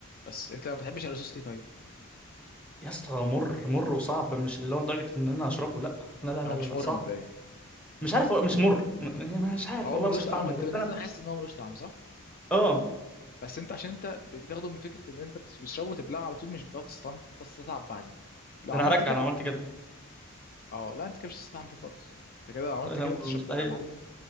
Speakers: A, on the left; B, in the centre.
A: بس انت ما بتحبش الرصاص ليه طيب
B: يا اسطى مر مر وصعب مش اللي هو لدرجة ان انا اشربه لا لا لا لا
A: هو
B: لا
A: مش
B: لا،
A: مر
B: صعب
A: مبدئيا
B: مش عارف هو- مش مر م- م- يعني مش عارف
A: هو
B: والله
A: ملوش
B: اوصف طعمه
A: هو انت
B: بس
A: بالنسبه
B: انا
A: لك حاسس ان هو ملوش طعم صح
B: اه
A: بس انت عشان انت ب- بتاخده من فكره ان انت بت- بتشربه وتبلعه على طول مش بتقعد تستعم- تستطعم بعديه لو
B: ده
A: عملت
B: انا هرجع
A: كده
B: لو عملت كده
A: اه لا انت كده مش هتستطعم بيه خالص انت كده لو
B: خ-
A: عملت
B: أنا
A: كده
B: مستحيل
A: انت شبوق يا معلم